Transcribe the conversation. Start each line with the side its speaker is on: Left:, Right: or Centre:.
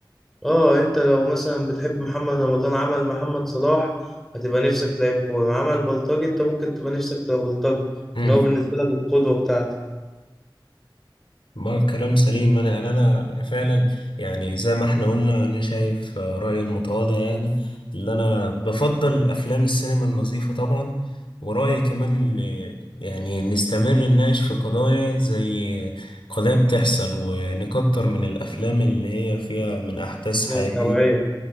Centre: اه انت لو مثلا بتحب محمد رمضان عمل محمد صلاح هتبقى نفسك تلعب كورة عمل بلطجي انت ممكن تبقى نفسك تبقى بلطجي
Left: امم
Centre: ان هو بالنسبة لك القدوة بتاعتك
Left: ما كلام سليم انا يعني انا فعلا يعني زي ما احنا قلنا انا شايف آه، رأيي المتواضع يعني اللي انا بفضل الافلام السينما النظيفة طبعا ورأيي كمان اللي يعني نستمر نناقش في قضايا زي قضايا بتحصل ونكتر من الافلام اللي هي فيها من احداث حقيقية
Centre: هي توعية